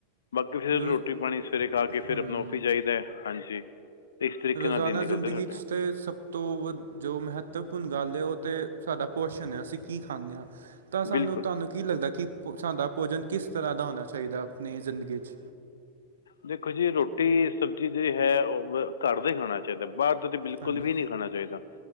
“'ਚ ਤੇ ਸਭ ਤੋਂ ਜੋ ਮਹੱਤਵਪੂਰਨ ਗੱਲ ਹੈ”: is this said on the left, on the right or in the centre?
Right